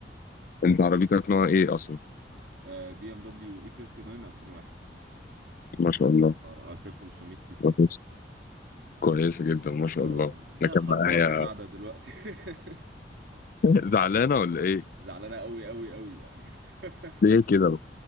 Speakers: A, on the left; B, on the right.
A: انت عربيتك نوع ايه اصلا
B: آه، بي ام دبليو اي 39 2001
A: ما شاء الله
B: اه 2500 سي سي
A: كويس كويسة جدا ما شاء
B: اه
A: الله
B: هي
A: ده كان
B: خربانه
A: معايا
B: قاعده دلوقتي <laughs>
A: <laughs> زعلانة ولا ايه؟
B: زعلانه قوي قوي قوي يعني <laughs>
A: ليه كده؟